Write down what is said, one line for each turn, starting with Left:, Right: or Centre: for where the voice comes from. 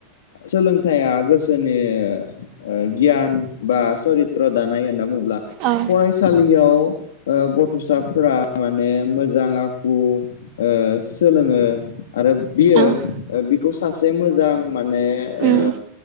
Left: सोलोंथाइया गोसोनि गियान बा सरित्र दानाय होनना बुङोब्ला
Right: औ
Left: फरायसालियाव ओ गथ'साफोरा माने मोजां आखु ओ सोलोङो आरो बियो
Right: उम
Left: बिखौ सासे मो जां माने
Right: उम
Left: ओ